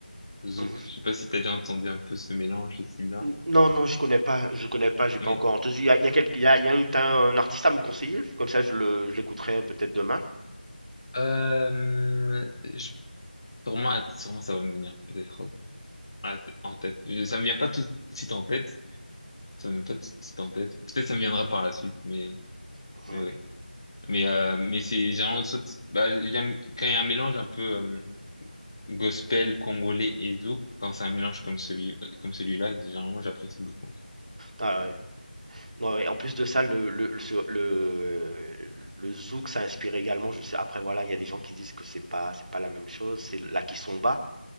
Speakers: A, on the left; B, on the right.
A: zouk.
B: mhm.
A: Je sais pas si t'as déjà entendu un peu ce mélange, ce style-là.
B: N- Non, non, je connais pas. Je connais pas. J'ai pas
A: Oui.
B: encore entendu. Il y a, il y a, quelques- il y a- il y a un, t'as un artiste à me conseiller. Comme ça je le, je l'écouterai peut-être demain.
A: Euh, je, sûrement, sûrement ça va me venir, peut-être. à- en tête. Euh, Ça me vient pas tout de suite en tête. Ça me vient pas tout de suite en tête. Peut-être ça me viendra par la suite, mais
B: Mhm.
A: mais oui. Mais euh, mais c'est généralement soit bah, j'aime quand il y a un mélange un peu euh, gospel congolais et zouk. Quand c'est un mélange comme celui euh, comme celui-là, généralement j'apprécie beaucoup.
B: Ah ouais. Ouais, en plus de ça, le, le, le, ce- le- le zouk, ça inspire également. Je sais, après, voilà, il y a des gens qui disent que c'est pas, c'est pas la même chose, c'est la kizomba.